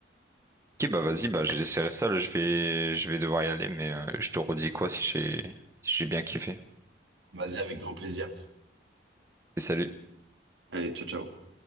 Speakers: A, on the right; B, on the right.
A: Ok, bah vas-y, bah j'essaierai ça, là, je vais, je vais devoir y aller, mais euh, je te redis quoi si j'ai, si j'ai bien kiffé.
B: Vas-y, avec grand plaisir.
A: Et salut.
B: Allez, ciao, ciao.